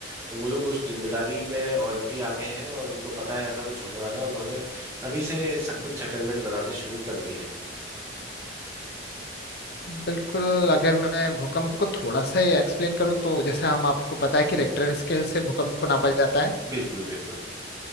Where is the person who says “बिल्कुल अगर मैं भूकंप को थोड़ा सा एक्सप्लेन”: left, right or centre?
Left